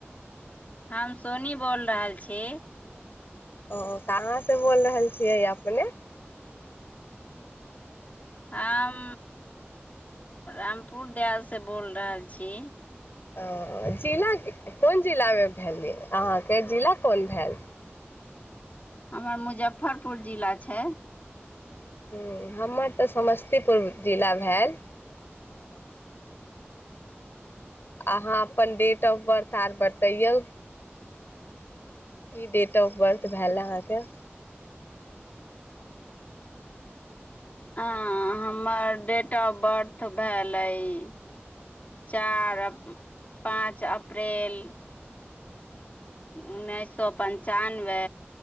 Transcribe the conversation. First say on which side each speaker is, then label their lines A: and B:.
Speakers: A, on the left (about 40°); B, on the left (about 55°).
A: हम सोनी बोल रहल छी।
B: ओ कहाँ से बोल रहल छियै अपने
A: हम रामपुर दयालस बोल रहल छी
B: वो जिला कौन जिलामे भेल अहाँके जिला कोन भेल
A: हमर मुजफ्फरपुर जिला छै
B: हुं हमर तऽ समस्तीपुर जिला भेल अहाँ अपन डेट ऑफ बर्थ आर बतैओ की डेट ऑफ बर्थ भेल अहाँके
A: हँ हमर डेट ऑफ बर्थ भेलेइ चार आ पाँच अप्रैल उन्नैस सो पञ्चानबे